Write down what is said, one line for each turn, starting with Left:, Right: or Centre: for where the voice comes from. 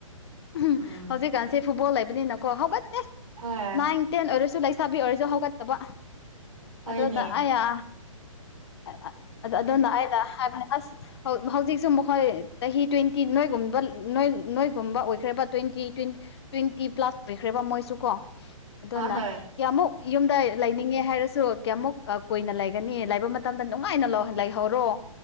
Left: ꯎ
Right: ꯎꯝ
Left: ꯍꯧꯖꯤꯛꯀꯥꯟꯁꯦ ꯐꯨꯠꯕꯣꯜ ꯂꯩꯕꯅꯤꯅꯀꯣ ꯍꯧꯒꯠꯇꯠꯇꯦ
Right: ꯍꯣꯏ
Left: ꯅꯥꯏꯟ ꯇꯦꯟ ꯑꯣꯏꯔꯁꯨ ꯂꯩ ꯁꯥꯕꯤ ꯑꯣꯏꯔꯁꯨ ꯍꯧꯒꯠꯇꯕ
Right: ꯍꯣꯏꯅꯦ
Left: ꯑꯗꯨꯅ ꯑꯌꯥ ꯑ ꯑꯗꯨꯅ ꯑꯩꯅ ꯍꯥꯏꯕꯅꯤ ꯑꯁ ꯍꯧꯖꯤꯛꯁꯨ ꯃꯈꯣꯏ ꯆꯍꯤ ꯇ꯭ꯋꯦꯟꯇꯤ ꯅꯣꯏꯒꯨꯝꯕ ꯅꯣꯏꯒꯨꯝꯕ ꯑꯣꯏꯈ꯭ꯔꯕ ꯇ꯭ꯋꯦꯟꯇꯤ ꯇ꯭ꯋꯦꯟꯇꯤ ꯇ꯭ꯋꯦꯟꯇꯤ ꯄ꯭ꯂꯥꯁ ꯑꯣꯏꯈ꯭ꯔꯦꯕ ꯃꯣꯏꯁꯨ ꯀꯣ ꯑꯗꯨꯅ
Right: ꯍꯣꯏ ꯍꯣꯏ
Left: ꯀꯌꯥꯃꯨꯛ ꯌꯨꯝꯗ ꯂꯩꯅꯤꯡꯉꯦ ꯍꯥꯏꯔꯁꯨ ꯀꯌꯥꯃꯨꯛ ꯀꯨꯏꯅ ꯂꯩꯒꯅꯤ ꯂꯥꯏꯕ ꯃꯇꯝꯗ ꯅꯨꯡꯉꯥꯏꯅ ꯂꯩꯍꯧꯔꯣ